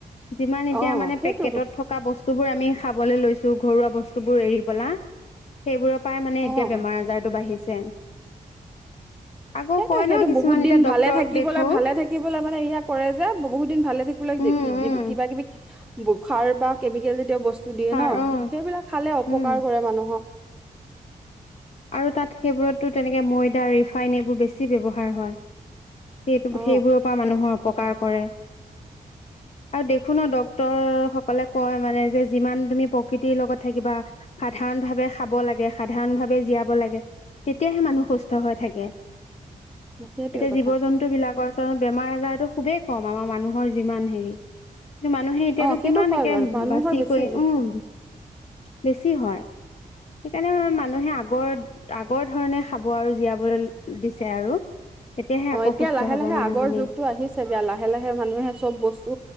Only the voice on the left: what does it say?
যিমান এতিয়া
মানে
পেকেটত থকা বস্তু বোৰ আমি খাবলৈ লৈছো। ঘৰুৱা বস্তু বোৰ এৰি পেলায় সেইবোৰ পায় মানে এতিয়া
বেমাৰ আজাৰতটো বাঢ়িছে। আকৌ
কয় ন
কিছুমান
এতিয়া
ডক্তৰক
দেখো
উম, উম,
সাৰ
অ',
উম,
আৰু তাত সেইবোৰতো তেনেকে ময়দা ৰিফাইন এইবোৰ বেছি ব্যৱহাৰ হয়। সেই
সেইবোৰৰ পৰা মানুহৰ অপকাৰ কৰে আৰু দেখোঁ ন ডক্তৰ সকলে কয় মানে যে যিমান তুমি প্ৰকৃতিৰ লগত থাকিবা সাধাৰণ ভাবে খাব লাগে সাধাৰণ জীয়াব লাগে তেতিয়াহে মানুহ সুস্থ হৈ থাকে
এতিয়া
জীৱ জন্তু বিলাকৰ পৰ বেমাৰ আজাৰতো খুবেই কম আমাৰ মানুহৰ যিমান হেৰি কিন্তু মানুহে এতিয়াতো
কিমান
একে
বাছি
কৰি উহ বেছি হয় সেইকাৰণে মানুহে আ আগৰ আগৰ ধৰণে খাব আৰু জীয়াবলৈ দিছে আৰু তেতিয়াহে
আকৌ
সুস্থ
হব
মানুহখিনি